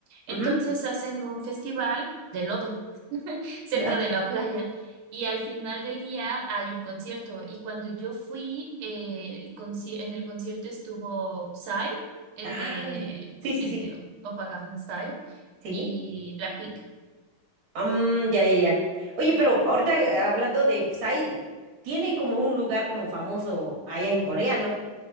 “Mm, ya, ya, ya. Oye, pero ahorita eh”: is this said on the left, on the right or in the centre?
Right